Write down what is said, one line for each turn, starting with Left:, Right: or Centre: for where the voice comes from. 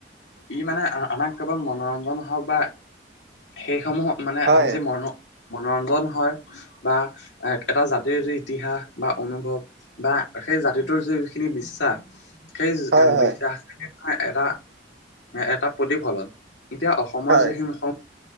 Left: ই মানে আমাক কেৱল মনোৰঞ্জন হওক বা সেইসমূহ মানে
Right: হয়
Left: আমি যে মনো মনোৰঞ্জন হয় বা এ এটা জাতিৰ যি ইতিহাস বা অনুভৱ বা সেই জাতিটোৰ যিখিনি বিশ্বাস সেই
Right: হয় হয়
Left: বিশ্বাস এটা এটা প্ৰতিফলন এতিয়া অসমৰ
Right: হয়
Left: যিখিনি অসম